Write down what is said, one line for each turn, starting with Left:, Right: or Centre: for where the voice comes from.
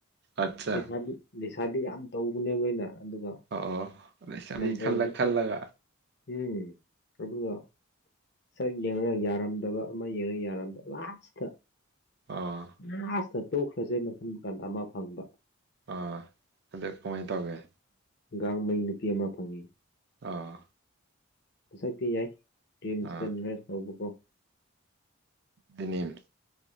Right: ꯑꯠꯆꯥ
Left: ꯂꯩꯅꯤꯁꯥꯗꯤ ꯌꯥꯝ ꯇꯧꯕꯅꯦꯕ ꯑꯅ ꯑꯗꯨꯒ
Right: ꯑꯣ ꯑꯣ ꯂꯩꯁꯥꯕꯤ
Left: ꯅꯝꯕꯔꯗꯨ
Right: ꯈꯜꯂ ꯈꯜꯂꯒ
Left: ꯎꯝ ꯑꯗꯨꯒ ꯁꯛ ꯌꯦꯡꯉꯒ ꯌꯥꯔꯝꯗꯕ ꯑꯃ ꯌꯦꯡꯉꯒ ꯌꯥꯔꯝꯗꯕ ꯂꯥꯁꯇ
Right: ꯑꯥ
Left: ꯂꯥꯁꯇ ꯇꯣꯛꯈ꯭ꯔꯁꯦꯅ ꯈꯟ ꯀꯥꯟꯗ ꯑꯃ ꯐꯪꯕ
Right: ꯑꯥ ꯑꯗꯨ ꯀꯃꯥꯏꯅ ꯇꯧꯒꯦ
Left: ꯒꯥꯡ ꯃꯩ ꯅꯨꯄꯤ ꯑꯃ ꯐꯪꯏꯤ
Right: ꯑꯥ
Left: ꯃꯁꯛꯇꯤ ꯌꯥꯏ ꯔꯤꯝꯁꯇ
Right: ꯑꯥ
Left: ꯅꯔꯁ ꯇꯧꯕꯀꯣ
Right: ꯝ